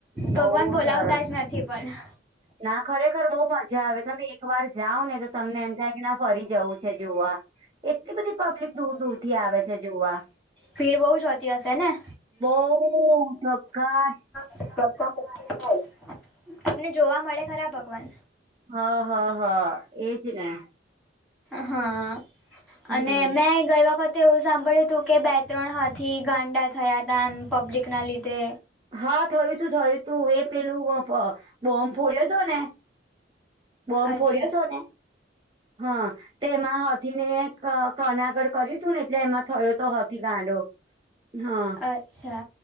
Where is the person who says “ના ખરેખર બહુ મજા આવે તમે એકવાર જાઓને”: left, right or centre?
Right